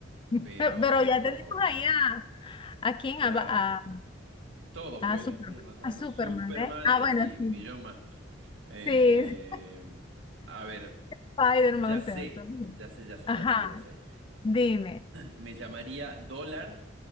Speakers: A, on the left; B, on the right.
A: Pe-
B: pero
A: Pero ya tenemos ahí a, ¿a quién?
B: claro,
A: A, Ba- a,
B: todos
A: a
B: vuelan,
A: Superman.
B: sí, más o
A: A
B: menos.
A: Superman,
B: Superman,
A: ¿eh? Ah,
B: eh,
A: bueno,
B: sí, un
A: sí.
B: millón más. Eh,
A: Sí, sí,
B: a ver,
A: Spider-Man,
B: ya
A: o
B: sé,
A: sea, todo bien.
B: ya sé, ya sé,
A: Ajá,
B: ya sé, ya sé.
A: dime.
B: Me llamaría dólar